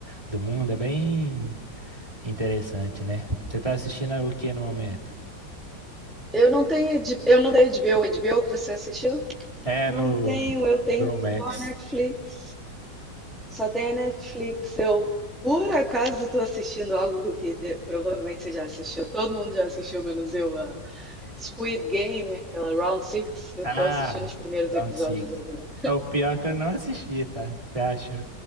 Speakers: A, on the right (about 20°); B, in the centre.
A: do mundo. É bem Interessante, né? Você tá assistindo o que no momento?
B: Eu não tenho, H- eu não tenho HBO, HBO que você assistiu?
A: É
B: Não
A: no
B: tenho, eu tenho
A: HBO
B: só
A: Max.
B: Netflix. Só tenho a Netflix. Eu, por acaso, estou assistindo algo que de- provavelmente você já assistiu. Todo mundo já assistiu, menos eu, a Squid Game, aquela Round Six. Eu
A: Ah,
B: estou assistindo os primeiros
A: Round
B: episódios
A: Six.
B: agora.
A: É o pior é que eu não assisti, tá? Você achou